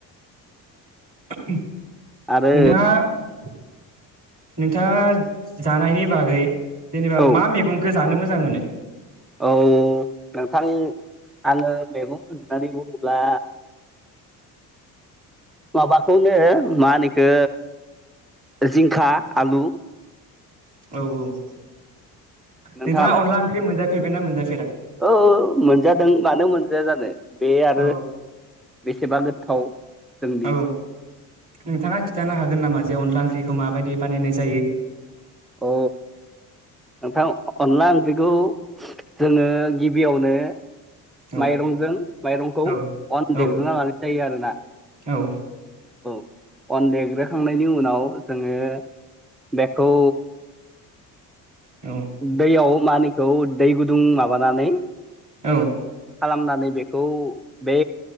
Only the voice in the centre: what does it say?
आरो
औ
औ नोंथां आङो मैगं होननानै बुङोब्ला माबाखौनो मा होनो इखो जिंखा आलु।
नोंथाङालाय
औ ओ मोनजादों मानो मोनजाया जानो बे आरो
बेसेबा गोथाव। जोंनि
औ नोंथां अनला ओंख्रिखौ जोङो गिबियावनो
माइरंजों माइरंखौ
अन
देग्रोना लानाय जायो आरोना
औ अन देग्रोखांनायनि उनाव जोङो बेखौ
दैयाव मानिखौ दै गुदुं माबानानै
खालामनानै बेखौ बे